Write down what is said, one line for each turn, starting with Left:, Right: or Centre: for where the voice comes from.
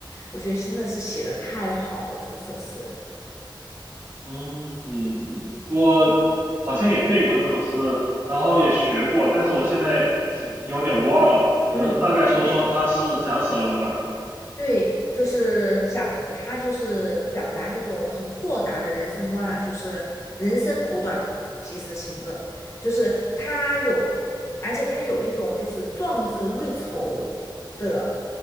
Left: 我觉得真的是写的太好了，这首诗。
Right: 嗯，我好像也背过这首诗，然后也学过，但是我现在挺有点忘了。你能大概说说它是讲什么的吗？
Left: 嗯。对，对，就是讲了，他就是表达一种很豁达的人生观啊，就是人生苦短，及时行乐。就是他有，而且他有一种就是壮志未酬的